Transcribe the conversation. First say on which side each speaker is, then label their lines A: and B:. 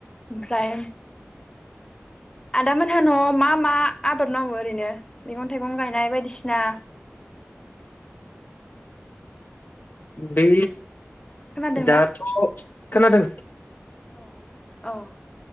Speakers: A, on the left; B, on the left.
A: ओमफ्राय आदा मोनहा न'आव मा मा आबाद मावो ओरैनो मैगं-थाइगं गायनाय बायदिसिना
B: बै
A: खोनादोंना
B: दाथ खोनादों
A: औ औ